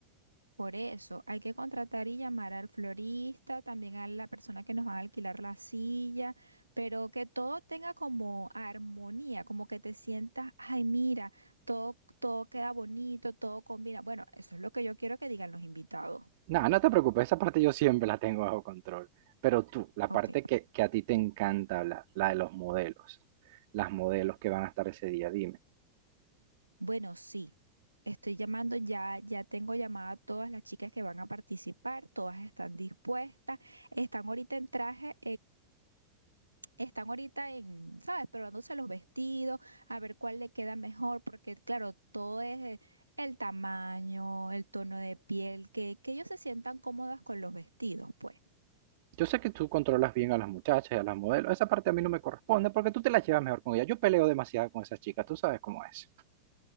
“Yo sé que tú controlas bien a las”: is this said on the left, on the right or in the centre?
Right